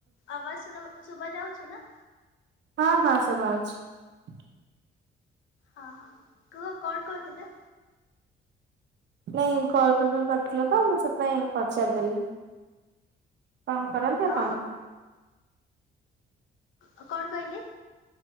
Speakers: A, on the left (about 75°); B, on the right (about 60°).
A: ଆବାଜ ଶୁନ ଶୁଭା ଯାଉଛି ନା?
B: ହଁ ହଁ ଶୁଭା ଯାଉଛି।
A: ହଁ ହଁ କୁହ କଣ କହୁଥିଲ?
B: ନାଇଁ କଲ କୋଉଡ଼ିନ କରିଥିଲ ତ ମୁଁ ସେଥିପାଇଁ ପଚାରଦେଲି। କଣ କରନ୍ତି ଆପଣ?
A: ଓ କ-କଣ କହିଲେ?